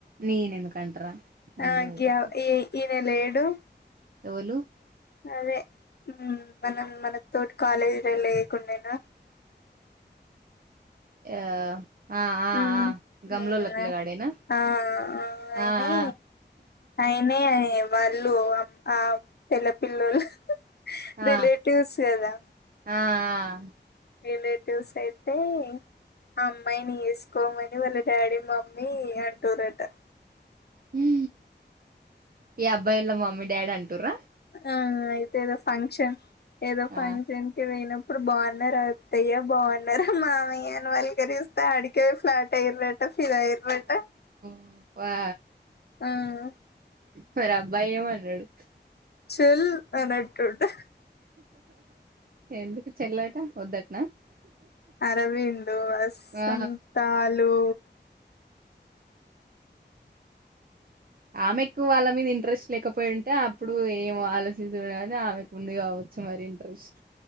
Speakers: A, on the right (about 55°); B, on the left (about 60°).
A: నేనెందుకంటరా! నేనే
B: ఆ
A: ఊకోవద్దు
B: గ్యావ్ ఈనే లేడు
A: ఎవలు
B: అదే మనం మన తోటి కాలేజీల లేయకుండేనా!
A: యా ఆ ఆ
B: మ్మ్
A: ఆ గమ్ములొల్లపిలగాడేనా
B: మ్మ్ ఆ అయినే
A: ఆ ఆ
B: ఆయనే వాళ్ళు ఆమ్ ఆ పెళ్ళ పిల్లొల్లు
A: ఆ
B: రిలేటివ్స్
A: ఆ
B: గదా!
A: ఆ ఆ
B: రిలేటివ్స్ అయితే ఆ అమ్మాయిని చేసుకోమని వాళ్ళ డాడీ మమ్మీ అంటురట
A: ఊ ఈ అబ్బాయేళ్ళ మమ్మీ డాడీ అంటుర్ర
B: ఆ అయితే ఏదో ఫంక్షన్ ఏదో
A: ఆ
B: ఫంక్షన్ మీరు బోయినప్పుడు బావున్నారా అత్తయ్య బావున్నారా మామయ్య అని పలకరిస్థా ఆడికే ఫ్లాట్ అయినట్టు ఫిదా ఐయిర్రాంట
A: ఉ వా
B: ఆ
A: మరి అబ్బాయి ఏమన్నడు.
B: చెల్ అనంటుండు.
A: ఎందుకు చెల్లట వద్దటనా!
B: అరవిందు అస్సంతాలు.
A: ఆ ఆమె ఎక్కువాళ్ళ మీద ఇంట్రెస్ట్ లేకపోయింటే అప్పుడు ఏమో నువ్వు ఆలోచించలే కాబట్టి ఆమెకు కుంది కావచ్చు మరి ఇంట్రెస్ట్